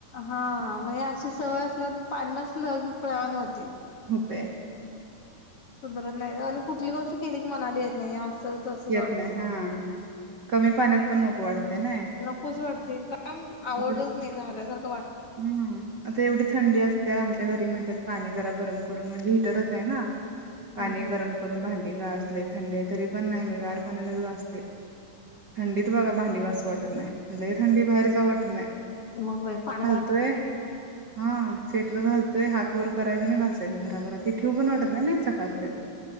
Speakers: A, on the left; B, on the right.
A: हा म्हणजे अशी सवय असल्या पान नसलं की खुळ्यावा न होते
B: ते
A: सुधरत नाही आणि कुठली गोष्ट केली की मणाली येत नाही असं तसंच
B: येत
A: वाटते
B: नाही
A: ना
B: हा कमी पाण्यात पण नको वाटते ना
A: नकोच वाटते काम आवडत
B: आता
A: नाही झाल्यासारख
B: हम्म आता एवढी थंडी असते आ घरी म्हणतात पाणी जरा गरम करून म्हणजे हिटरच आहे ना पाणी
A: हम्म
B: गरम करून भांडी घ अस थंड तरी पण नाही मी गार पाणी न वा असते थंडीत बघा भांडी घास वाटत नाही म्हलाही थंडी बाहेर जाऊवटत नाही
A: मग पाण
B: य हा स्टर घालतोय हात व करायचं आणि घासायचं बराबर ते ठेव पण वाटत नाही नाही सकाळपर्यंत